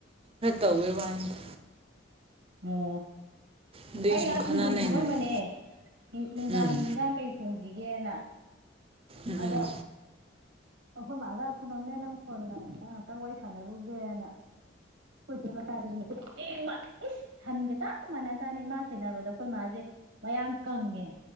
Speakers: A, on the right (about 30°); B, on the right (about 80°).
A: ꯇꯧꯕꯩ ꯋꯥꯅꯤꯗ
B: ꯑꯣ
A: ꯑꯗꯨꯒꯤ
B: ꯑꯩ ꯉꯥꯏꯍꯥꯛ
A: ꯁꯨꯝ
B: ꯈꯣꯡꯗ꯭ꯔꯨꯝ
A: ꯈꯟꯅ ꯅꯩꯅꯕ
B: ꯁꯦꯝꯃꯝꯕꯅꯦ ꯅꯨꯡꯗꯥꯡꯒꯤ
A: ꯎꯝ
B: ꯍꯤꯟꯖꯥꯡ ꯀꯩ ꯊꯣꯡꯁꯤꯒꯦ <inaudible> <inaudible>
A: ꯎꯝ
B: ꯑꯗꯣ ꯑꯩꯈꯣꯏ ꯃꯥꯗ ꯊꯝꯂꯝꯝꯃꯦ ꯅꯪ ꯐꯣꯟꯜ ꯂꯥꯛꯑꯦ ꯉ ꯉꯍꯥꯛꯇꯪ ꯋꯥꯔꯤ ꯁꯥꯟꯅꯔꯨꯒꯦꯅ ꯑꯩꯈꯣꯏ ꯆꯦ ꯃꯆꯥꯗꯁꯨ ꯃꯈꯨꯠ <inaudible> ꯁꯟꯒ ꯆꯞ ꯃꯥꯟꯅꯖꯅꯤ ꯃꯥ ꯁꯦꯟꯅꯕꯗ ꯑꯩꯈꯣꯏ ꯃꯥꯁꯦ ꯃꯌꯥꯡ ꯀꯪꯉꯦ